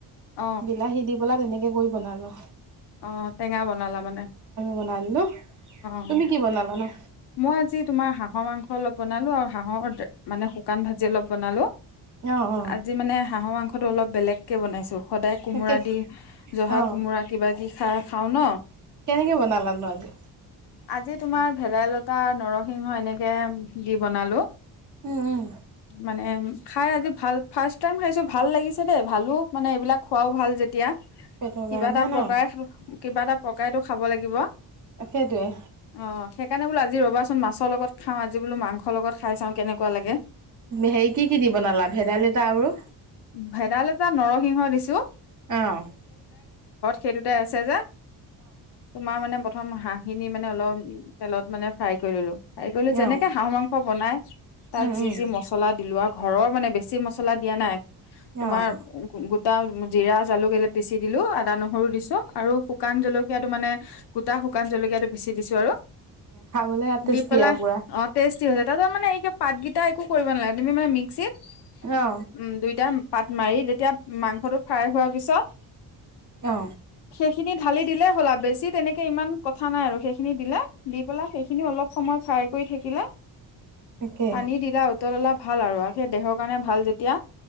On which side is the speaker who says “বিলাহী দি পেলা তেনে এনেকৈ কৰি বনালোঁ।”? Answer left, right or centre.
Right